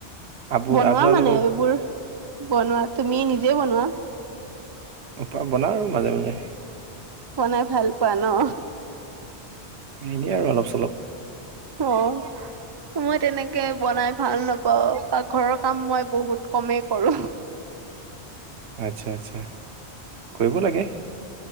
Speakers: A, on the right; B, on the right.
A: আপ
B: বনোৱা
A: আপোনালোকৰ
B: মানে, এইবোৰ বনোৱা তুমি নিজে বনোৱা
A: প বনাওঁ আৰু মাজে মাজে
B: বনাই ভাল পোৱা ন
A: এ এনেই আৰু অলপ চলপ
B: অ', মই তেনেকে বনাই ভাল নাপাওঁ পাকঘৰৰ কাম মই বহুত কমেই কৰো
A: আচ্ছা, আচ্ছা, কৰিব লাগে